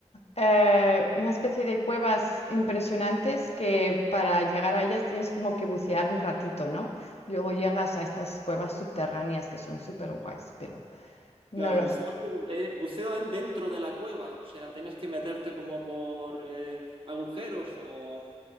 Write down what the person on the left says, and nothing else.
Eh, una especie de cuevas impresionantes que para llegar a ellas tienes como que bucear un ratito, ¿no? Y luego llegas a estas cuevas subterráneas que son súper guays, pero no
lo
sé.